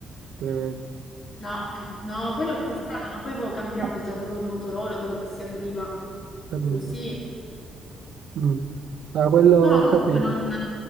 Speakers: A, on the right; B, on the left.
A: tremendo.
B: No, che- no, poi l'ho portato, ma poi avevo cambiato,
A: Ho
B: già avevo il Motorola, quello che si apriva.
A: capito.
B: Così.
A: Mm. Ah, quello
B: No,
A: ho
B: comunque
A: capito.
B: non...